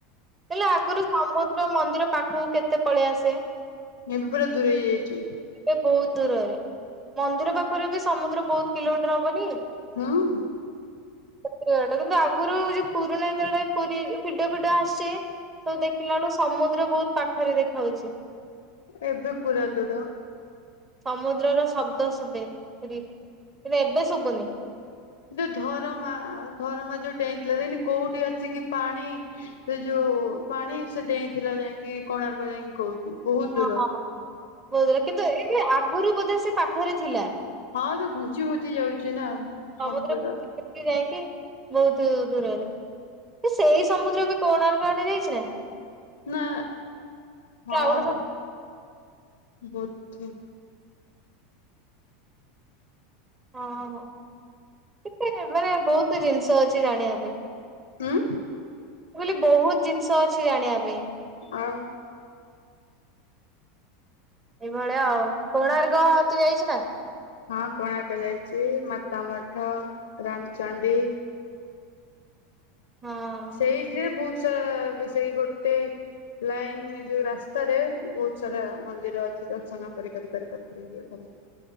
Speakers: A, on the right; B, on the left.
A: ହେଲେ ଆଗରୁ ସମୁ ଦ୍ର ମନ୍ଦିର ପାଖକୁ କେତେ ପଳେଇ ଆସେ।
B: ଏବେ ପୁରା ଦୂରେଇ ଯାଇଚି।
A: ଏବେ ବହୁତ ଦୂରରେ। ମନ୍ଦିର ପାଖରୁ ବି ସମୁଦ୍ର ବହୁତ୍ କିଲୋମିଟର ହବନି?
B: ହଁ।
A: <unintelligible> କିନ୍ତୁ ଆଗରୁ ଯୋଉ ପୁରୁଣା ଯେତେବେଳେ ପୁରୀ ଭିଡଓ ଫିଡିଓ ଆସେ ସବୁ ଦେଖିଲା ବେଳୁ ସମୁଦ୍ର ବହୁତ ପାଖରେ ଦେଖା ଯାଉଚି।
B: ଏବେ ପୁରା ଦୂର।
A: ସମୁଦ୍ରର ଶବ୍ଦ ଶୁଭେ। କିନ୍ତୁ ଏବେ ଶୁଭୁନି।
B: ଯଉ ଧରମା ଧରମା ଯୋଉ ଡେଇଁଥିଲା ଦେଖୁନୁ କୋଉଠି ଆସିକି ପାଣି ସେ ଯୋଉ ପାଣି ସେ ଡେଇଁ ଥିଲା ଯାଇଁକି କୋଣାର୍କ ଯାଇଁକି କୋଉଠି। ବହୁତ
A: ହଁ।
B: ଦୂର।
A: କିନ୍ତୁ ଏବେ ଆଗରୁ ବୋଧେ ସେ ପାଖରେ ଥିଲା।
B: ହଁ ଏବେ ଘୁଞ୍ଚି ଘୁଞ୍ଚି ଯାଉଚି ନା।
A: ସମୁଦ୍ର
B: ସମୁଦ୍ରଟା
A: <unintelligible> ଯାଇଁକି ବହୁତ ଦୂରରେ। ସେଇ ସମୁଦ୍ର ବି କୋଣାର୍କ ଆଡ଼େ ଯାଇଚି ନା?
B: ନା ହଁ
A: ଆଉ ଗୋଟେ ସମୁଦ୍ର
B: ବୋଧେ।
A: ହଁ ହଁ। କେତେ ମାନେ ବହୁତୁ ଜିନିଷ ଅଛି ଜାଣିବା ପାଇଁ।
B: ଉଁ।
A: ମୁଁ କହିଲି ବହୁତ୍ ଜିନିଷ ଅଛି ଜାଣିବା ପାଇଁ।
B: ଆଉ
A: ଏଇଭଳିଆ ଆଉ। କୋଣାର୍କ ତୁ ଯାଇଚୁ ନା?
B: ହଁ କୋଣାର୍କ ଯାଇଚି, ମାତା ମଠ, ରାମଚଣ୍ଡି
A: ହଁ
B: ସେଇଥିରେ ବହୁତ ସାରା ସେଇ ଗୋଟେ ଲାଇନ୍ ଯୋଉ ରାସ୍ତାରେ ବହୁତ ସାରା ମନ୍ଦିର ଅଛି ଦର୍ଶନ କରି କରି କରି କରି <unintelligible> <unintelligible>